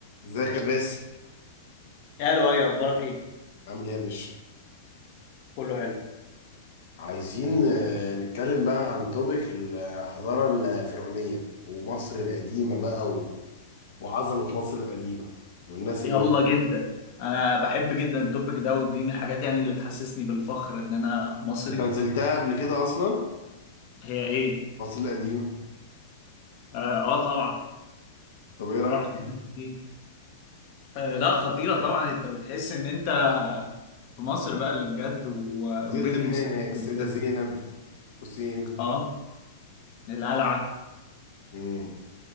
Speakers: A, on the left; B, on the left.
A: ازيك يا باسم
B: يا لؤي اخبارك ايه
A: عامل ايه يا باشا
B: كله حلو
A: عايزين آه، نتكلم بقى عن توبيك الحضارة الفرعونية ومصر القديمة بقى و- وعظمة مصر القديمة والناس
B: يلا
A: اللي
B: جدا انا بحب جدا التوبيك ده ودي من الحاجات يعني اللي بتحسسني بالفخر ان انا مصري
A: انت نزلتها قبل كده اصلا
B: هي ايه
A: مصر القديمة
B: اه, آه طبعا
A: طب ايه رأيك
B: رحت
A: فيها
B: هناك كتير آه لا خطيرة طبعا انت بتحس ان انت في مصر بقى اللي بجد و-
A: نزلت
B: وبين
A: فين
B: المصريين
A: هناك السيدة
B: اللي بجد
A: زينب الحسين
B: اه القلعة
A: مم.